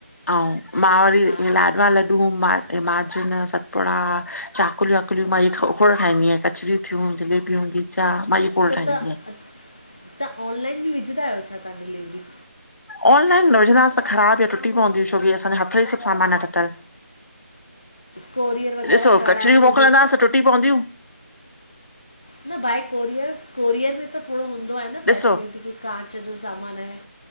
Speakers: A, on the left; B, on the left.
A: अऊं मां वरी
B: हा
A: ला लॾू, माजून, सतपुड़ा, चाकलियूं-वाकुलियूं मां इहे खोड़ ठाहिंदी आयां, कचरियूं थियूं <unintelligible> खोड़
B: त
A: ठाहींदी
B: तव्हां, तव्हां ऑनलाइन बि विझंदा आहियो छा तव्हां डिलीवरी?
A: ऑनलाइन न विझंदासीं त ख़राबु या टुटी पवंदियूं छोकी असांजो हथ ई सभु सामान आ ठथल
B: कोरियर वग़ैरह
A: ॾिसो,
B: कराइणो
A: कचरियूं
B: हुजे
A: मोकिलंदासीं त टुटी पवंदियूं।
B: न बाए कोरियर कोरियर में त थोड़ो हूंदो आहे न फैसिलिटी
A: ॾिसो
B: की कांच जो सामान आहे